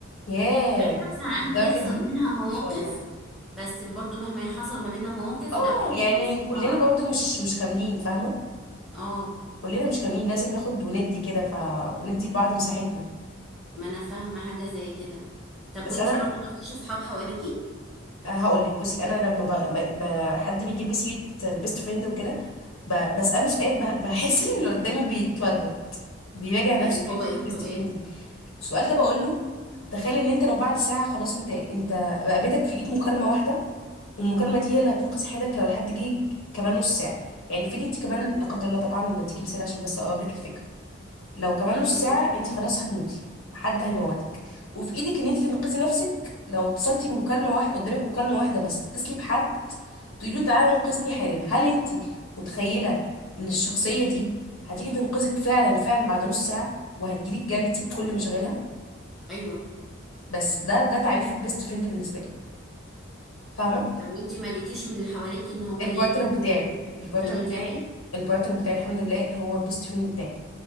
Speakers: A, on the left; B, in the centre.
A: ياه
B: مع انها ساعات
A: للدرجه
B: بيحصل
A: دي ما
B: منها مواقف
A: شاء الله
B: بس برضو مهما حصل ما بيننا مواقف
A: اه
B: لا احنا
A: يعني
B: كويسين
A: كلنا
B: مع بعض
A: برضو مش مش كاملين فاهمه
B: اه
A: كلنا مش كاملين لازم ناخد وندي كده ف وندي لبعض مساحتنا
B: ما انا فاهمة حاجة زي كده طب
A: بس
B: وانتي
A: انا
B: برضو ما فيش اصحاب حواليكي
A: هقول لك بصي انا لما ب... ب... ب... حد بيجيب لي سيره البيست فريند وكده ب... بساله سؤال ب... بحس ان اللي قدامي بيتودد بيراجع نفسه
B: اللي
A: في حته
B: هو ايه
A: البيست
B: السؤال
A: فريند دي السؤال ده بقول له تخيل ان انت لو بعد ساعه خلاص انت انت رقبتك في ايد مكالمه واحده والمكالمه دي هي اللي هتنقذ حياتك لو الحد جه كمان نص ساعه يعني افرضي انت كمان لا قدر الله طبعا انا بديكي مثال عشان بس اقرب لك الفكره لو كمان
B: فاهماكي
A: نص ساعه انت خلاص هتموتي حد هيموتك وفي ايدك ان انت تنقذي نفسك لو اتصلتي بمكالمه واحده قدامك مكالمه واحده بس تتصلي بحد تقولي له تعالى انقذني حالا هل انت متخيله ان الشخصيه دي هتيجي تنقذك فعلا فعلا بعد نص ساعه وهتجيلك جري تسيب كل مشاغلها
B: ايوه
A: بس ده ده تعريف البيست فريند بالنسبه لي فاهمه
B: طب وانتي ما لقيتيش من اللي حواليكي ان هو
A: البارتنر
B: يجي مثلا
A: بتاعي البارتنر
B: تردي
A: بتاعي
B: عليه
A: البارتنر بتاعي الحمد لله هو بيست فريند بتاعي